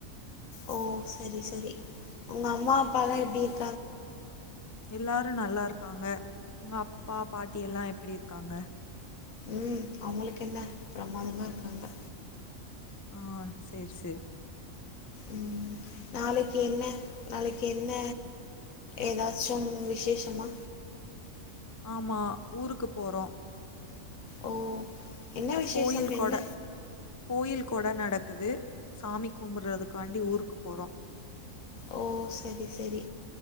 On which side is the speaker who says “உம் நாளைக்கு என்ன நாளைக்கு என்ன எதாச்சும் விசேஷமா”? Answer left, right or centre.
Left